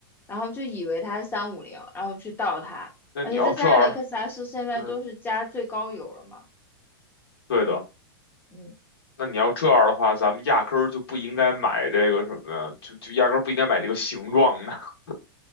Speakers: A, on the left (about 15°); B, on the left (about 75°).
A: 然后就以为它是三五零，然后去盗它，
B: 那你要这样，
A: 而且再加上雷克萨斯现在都是加最高油了嘛。
B: 嗯，对的，
A: 嗯。
B: 那你要这样的话，咱们压根儿就不应该买这个什么呀，就就压根儿不应该买这个形状的，<laughs>